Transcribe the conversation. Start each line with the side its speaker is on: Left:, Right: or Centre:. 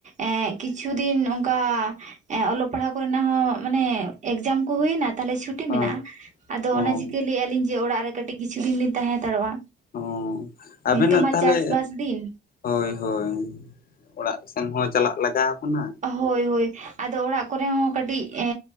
Right: ᱮ ᱠᱤᱪᱷᱩ ᱫᱤᱱ ᱚᱱᱠᱟ᱾ ᱮᱸ ᱚᱞᱚᱜ ᱯᱟᱲᱦᱟᱣ ᱠᱚᱨᱮᱱᱟᱜ ᱦᱚᱸ ᱢᱟᱱᱮ ᱮᱠᱡᱟᱢ ᱠᱚ ᱦᱩᱭᱱᱟ ᱛᱟᱦᱚᱸᱞᱮ ᱪᱷᱩᱴᱤ
Left: ᱦᱳᱭ
Right: ᱢᱮᱱᱟᱜ-ᱟ᱾ ᱟᱫᱚ
Left: ᱦᱚᱸ
Right: ᱚᱱᱟ ᱪᱤᱠᱟᱹ ᱞᱟᱹᱭᱮᱜᱼᱟᱞᱤᱧ ᱡᱮ ᱚᱲᱟᱜ ᱨᱮ ᱠᱟᱹᱴᱤᱡ ᱠᱤᱪᱷᱩᱧ ᱞᱧ ᱛᱟᱦᱮᱸ ᱦᱟᱛᱟᱲᱚᱜᱼᱟ᱾
Left: ᱚ ᱟᱵᱮᱱᱟᱜ
Right: ᱱᱤᱛᱚᱜ ᱢᱟ
Left: ᱛᱟᱦᱚᱞᱮᱼᱼ
Right: ᱪᱟᱥᱵᱟᱥ ᱫᱤᱱ
Left: ᱦᱳᱭ ᱦᱳᱭ, ᱚᱲᱟᱜ ᱥᱮᱱ ᱦᱚᱸ ᱪᱟᱞᱟᱜ ᱞᱟᱜᱟᱣ ᱠᱟᱱᱟ᱾
Right: ᱦᱳᱭ ᱦᱳᱭ ᱟᱫᱚ ᱚᱲᱟᱜ ᱠᱚᱨᱮ ᱦᱚᱸ ᱠᱟᱹᱴᱤᱡ ᱮᱼᱼ